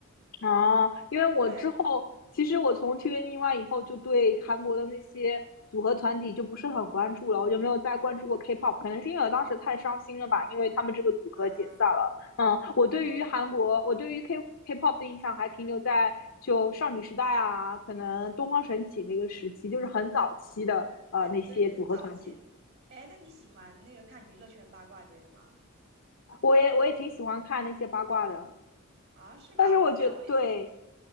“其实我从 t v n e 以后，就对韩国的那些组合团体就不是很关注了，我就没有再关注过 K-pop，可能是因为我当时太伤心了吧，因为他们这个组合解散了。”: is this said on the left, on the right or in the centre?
Left